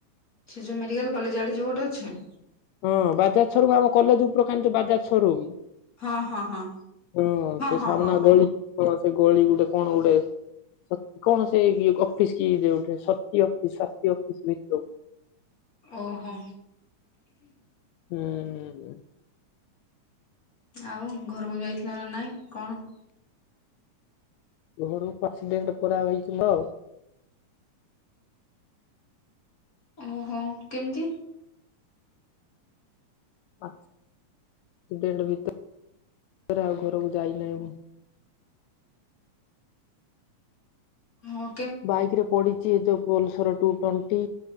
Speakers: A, on the left; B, on the left.
A: ସେ ଯୋଉ ମେଡ଼ିକାଲ କଲେଜ ଆଡ଼େ ଯୋଉ ଗୋଟେ ଅଛି?
B: ହଁ ବାଜାଜ ସୋରୁମ୍ ଆମ କଲେଜ ଉପରକା ଯୋଉ ବାଜାଜ ସୋରୁମ୍।
A: ହଁ ହଁ ହଁ
B: ହଁ ସେ
A: ହଁ
B: ସାମ୍ନା
A: ହଁ ହଁ
B: ଗଳି ହଁ ସେ ଗଳିକି ଗୋଟେ କଣ ଗୋଟେ ସ କଣ ସେ ଇଏ ଅଫିସ କି ଯଉଠେ ସତୀ ଅଫିସ ସାତି ଅଫିସ ଭିତରକୁ।
A: ଓ ହୋ
B: ହୁଁ ହୁଁ।
A: ଆଉ ଘରୁକୁ ଯାଇଥିଲ ନା ନାଇଁ କଣ?
B: ଘରକୁ ପସିଡେଣ୍ଟ କରାହୋଇଚି ତ
A: ଓ ହୋ କେମତି?
B: ଆକସିଡେଣ୍ଟ୍ ଭିତରେ ଆଉ ଘରକୁ ଯାଇନାହିଁ ମୁଁ।
A: ମୋ
B: ବାଇକ୍ ରେ ପଡିଚି ଏ ଯୋଉ ପଲସର୍ ଟୁ ଟ୍ୱେଣ୍ଟି